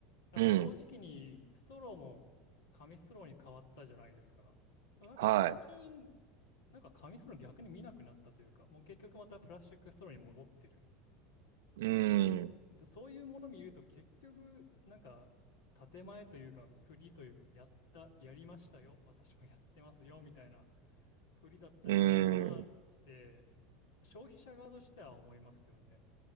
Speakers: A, on the left; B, on the right.
A: なんか同時期にストローも紙ストローに変わったじゃないですか。
B: うん。
A: でもなんか最近、
B: はい。
A: なんか紙ストロー逆に見なくなったというか、もう結局またプラスチックストローに戻ってる。
B: うーん。
A: だそういうもの見ると結局なんか建前というか振りというかやったやりましたよ私はやってますよみたいな振りだったんじゃないかなって
B: うーん。
A: 消費者側としては思いますよね。